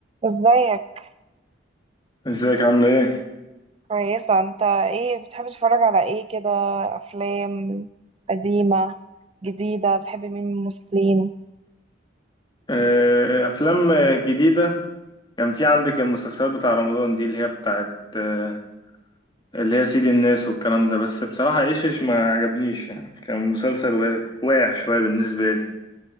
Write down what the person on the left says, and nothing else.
ازيك عاملة ايه؟
آه، أفلام آه، جديدة كان في عندك المسلسلات بتاع رمضان دي اللي هي بتاعت آه، اللي هي سيد الناس والكلام ده بس بصراحة ايش ايش ما عجبنيش يعني كان مسلسل وا- واقع شوية بالنسبة لي